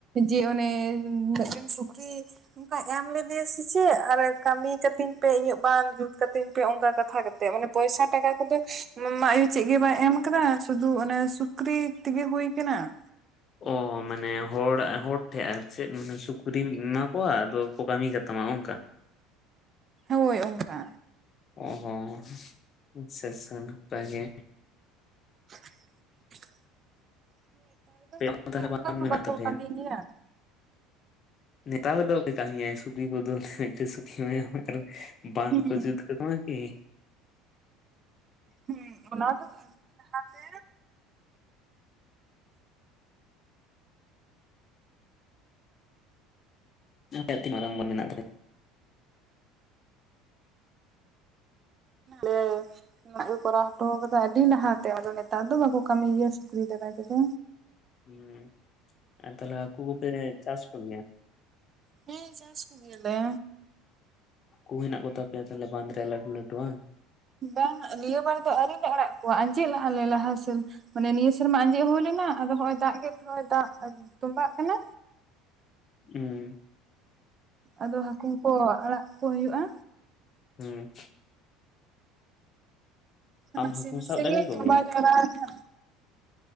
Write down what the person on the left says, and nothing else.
ᱳ ᱢᱟᱱᱮ ᱦᱚᱲᱟ ᱦᱚᱲ ᱴᱷᱮᱡ ᱟᱨ ᱪᱮᱫ ᱢᱟᱱᱮ ᱥᱩᱠᱨᱤ ᱤᱢᱟᱣ ᱠᱚ ᱟᱫᱚ ᱠᱚ ᱠᱟᱹᱢᱤ ᱠᱟᱛᱟᱢᱟ ᱚᱱᱠᱟ?
ᱚᱻᱦᱚᱸ ᱟᱪᱪᱷᱟ ᱟᱪᱪᱷᱟ ᱱᱟᱯᱟᱭ ᱜᱮ
ᱟᱸᱮ
ᱛᱟᱦᱚᱞᱮ
ᱵᱟᱝ
ᱢᱮᱱᱟᱜ
ᱛᱟᱯᱮᱭᱟ?
ᱱᱮᱛᱟᱞ ᱫᱚ ᱠᱟᱹᱢᱤ ᱢᱤᱫᱴᱟᱝ ᱥᱩᱠᱤ ᱮᱢᱟᱭᱟᱢ ᱵᱟᱸᱫᱷ
ᱠᱚ ᱡᱩᱫ ᱠᱟ ᱛᱟᱢᱟ ᱠᱤ
ᱟ ᱢᱟᱨᱟᱝ ᱢᱚᱱ ᱢᱮᱱᱟᱜ ᱛᱟᱞᱮᱭᱟ᱾
ᱦᱮᱸ ᱟᱨ ᱛᱟᱦᱞᱮ ᱦᱟᱹᱠᱩ ᱠᱚᱯᱮ ᱪᱟᱥ ᱠᱚ ᱜᱮᱭᱟ?
ᱦᱟᱠᱩ ᱦᱮᱱᱟᱜ ᱠᱚᱛᱟ ᱯᱮᱭᱟ ᱛᱟᱦᱞᱮ ᱵᱟᱸᱫᱽ ᱨᱮ ᱞᱟᱹᱴᱩ ᱞᱟᱹᱴᱩᱼᱦᱟᱝ?
ᱦᱮᱸ
ᱦᱮᱸ
ᱦᱟᱹᱠᱩᱢ
ᱥᱟᱵ ᱫᱟᱲᱮ
ᱠᱚᱜᱮᱭᱟ